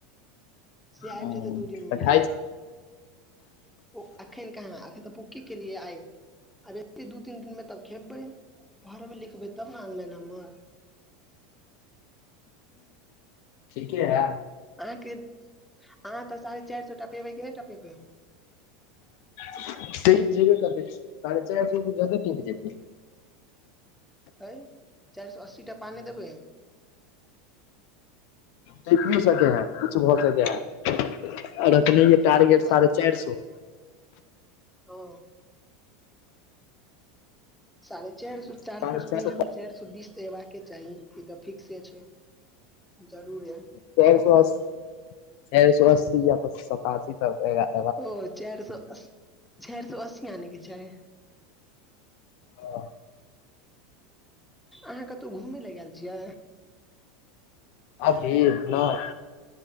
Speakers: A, in the centre; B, on the left.
A: से आबि
B: हम्म,
A: जेतै दू दिन मे
B: तऽ खाइ
A: लेव
B: छी
A: ओ अखन कहा आखे तऽ बुक केलियै आइ आब एते दू तीन दिन मे तब खेबै घर मे लिखबै तब ने अ नम्बर।
B: ठीके ह।
A: अहाँ अह तऽ साढ़े चार सौ टपे कि नहि टपे प
B: छैब कत साढ़े चारि सए तऽ जदा पीप जेके
A: हए चारि सौ अशीटा पानि देबे
B: त की सके है कुछु भऽ सके हैं रखने हे टारगेट
A: अहाँ
B: साढ़े चार स
A: ओ। साढ़े चार सौ चार
B: साढ़े
A: के सकने
B: चारि सौ
A: छै त चार सौ बीस तऽ एबाके चाही ई तऽ हमर फिक्से छै। जरूर र
B: चारि सौ अस्सी चारि सौ अस्सी या तऽ सतासी तक एगा
A: ओ चारि सौ चारि सो अस्सी आनेके छै।
B: हँ
A: अहाँ कतौ घूमेय लए गेल छियै?
B: अभी नय